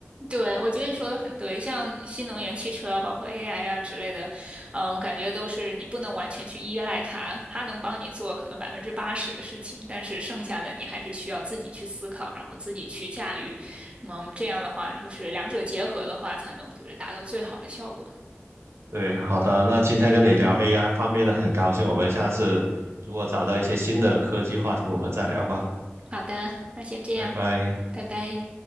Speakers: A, on the right; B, on the right.
A: 对，我觉得你说的很对，像新能源汽车啊包括 AI 啊之类的，嗯，我感觉都是你不能完全去依赖它，它能帮你做可能百分之八十的事情，但是剩下的你还是需要自己去思考，然后自己去驾驭。嗯，这样的话，就是两者结合的话，才能就是达到最好的效果。
B: 对，好的，那今天跟你聊 AI 方面的很高兴，我们下次如果找到一些新的科技话题，我们再聊吧，
A: 好的，那先这样，
B: 拜拜。
A: 拜拜。